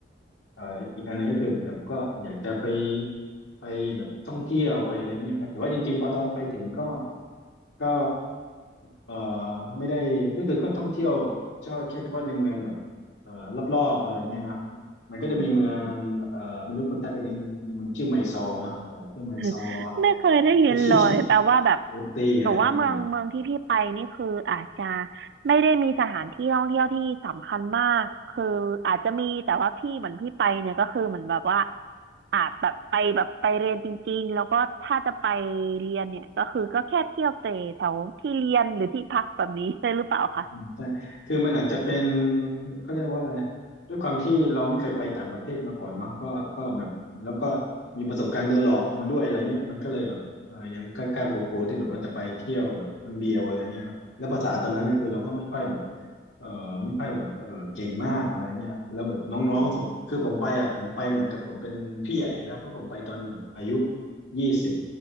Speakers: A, on the left (about 75°); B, on the right (about 60°).
A: เอ่ออีกอันหนึงก็คือเหมือนกับก็อยากจะไปไปแบบท่องเที่ยวไปอะไรเนี้ยครับแต่ว่าจริงๆพอตอนไปถึงก็ก็เอ่อไม่ได้ก็คือก็ท่องเที่ยวเฉพาะแค่เฉพาะในเมืองแบบ เอ่อรอบๆอะไรเงี้ยนะมันก็จะมีเมือง
B: อืม
A: เอ่อไม่รู้คุณตั๊กเคยได้ยินเมืองชื่อไมซอร์เนาะเอ่อชื่อไมซอร์
B: <laughs> ไม่เคยได้ยินเลยแปลว่าแบบ
A: <laughs> อุตตี้อะไรเงี้ย
B: แต่ว่าเมืองเมืองที่พี่ไปนี่คืออาจจะไม่ได้มีสถานที่ท่องเที่ยวที่สำคัญมากคืออาจจะมีแต่ว่าพี่เหมือนพี่ไปเนี่ยก็คือเหมือนแบบว่าอาจแบบไปแบบไปเรียนจริงๆแล้วก็ถ้าจะไปเรียนเนี่ยก็คือก็แค่เที่ยวเตะแถวที่เรียนหรือที่พักแบบนี้ใช่หรือเปล่าคะ
A: อืมใช่คือมันอาจจะเป็นเขาเรียกว่าอะไรด้วยความที่เราไม่เคยไปต่างประเทศมาก่อนเนาะก็ก็แบบแล้วก็มีประสบการณ์โดนหลอกมาด้วยอะไรเงี้ยมันก็เลยแบบเออยังกล้ากลัวๆที่แบบว่าจะไปเที่ยวแบบคนเดียวอะไรเงี้ยเนอะแล้วภาษาตอนนั้นก็คือเราก็ไม่ค่อยแบบเออไม่ค่อยแบบเออเก่งมากอะไรเงี้ยแล้วแบบน้องๆคือผมไปอ่ะผมไปเหมือนกับผมเป็นพี่ใหญ่แล้วเพราะผมไปตอนแบบอายุ
B: อืม
A: ยี่สิบ